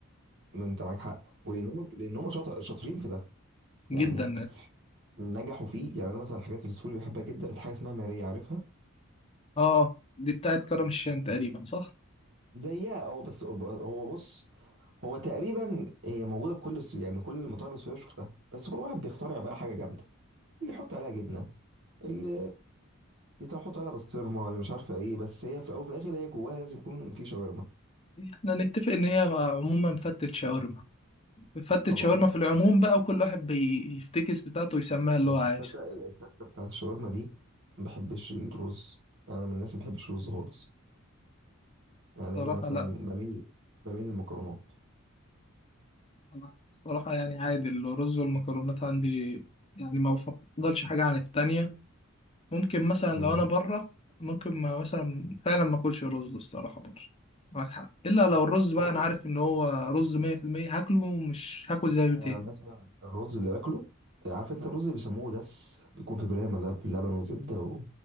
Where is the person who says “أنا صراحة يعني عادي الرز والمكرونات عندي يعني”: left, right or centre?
Left